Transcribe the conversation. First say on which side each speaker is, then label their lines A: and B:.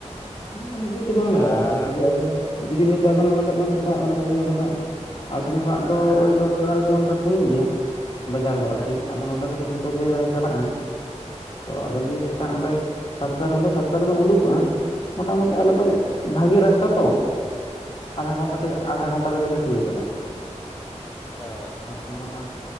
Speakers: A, on the left (about 45°); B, on the left (about 20°).
A: ᱤᱥᱤᱱ ᱫᱚ ᱩᱱ ᱜᱷᱟᱹᱲᱤᱡ ᱫᱚ ᱵᱟᱝ
B: ᱟᱨ
A: ᱞᱟᱜᱟᱜᱼᱟ ᱜᱚᱝᱠᱮ ᱡᱩᱫᱤ ᱟᱵᱮᱱ ᱡᱩᱫᱤ ᱦᱚᱭᱛᱳ ᱟᱵᱮᱱ ᱢᱚᱱ ᱠᱟᱜ ᱵᱮᱱ ᱥᱮᱛᱟᱜ ᱢᱚᱱᱮ ᱠᱟᱜ ᱵᱮᱱ ᱱᱚᱰᱮ ᱠᱷᱚᱡ ᱟᱞᱮ ᱴᱷᱮᱱ ᱠᱷᱱᱟᱜ ᱫᱚᱭ ᱫᱚᱥ ᱮᱜᱟᱨᱚ ᱠᱤᱞᱳᱢᱤᱴᱟᱨ ᱥᱟᱺᱜᱤᱧ ᱜᱮᱭᱟ ᱵᱟᱡᱟᱨ ᱫᱚ ᱟᱨᱠᱤ
B: ᱟᱪᱪᱷᱟ
A: ᱟᱫᱚ ᱱᱚᱰᱮ ᱠᱚᱫᱚ ᱡᱚᱛᱚ ᱡᱚᱛᱚ ᱜᱮᱞᱮ ᱪᱟᱞᱟᱜᱼᱟ ᱛᱚ ᱟᱵᱮᱱ ᱡᱩᱫᱤ ᱥᱮᱛᱟᱜ ᱚᱸᱰᱮ ᱥᱟᱛᱴᱟ ᱱᱚᱰᱮ ᱥᱟᱛᱴᱟ ᱛᱮᱵᱮᱱ ᱩᱰᱩᱠᱚᱜᱼᱟ ᱢᱚᱴᱟᱢᱩᱴᱤ ᱟᱞᱮ ᱫᱚ ᱵᱷᱟᱜᱮ ᱨᱟᱥᱛᱟ ᱛᱚ ᱟᱫᱷᱟ ᱜᱷᱚᱱᱴᱟ ᱛᱮᱜᱮ ᱟᱫᱷᱟ ᱜᱷᱚᱱᱴᱟ ᱛᱮᱜᱮᱞᱮ ᱛᱤᱭᱚᱜ ᱠᱟᱞᱮ ᱦᱟᱸᱜ
B: ᱚ
A: ᱡᱮᱢᱚᱱ ᱟᱥ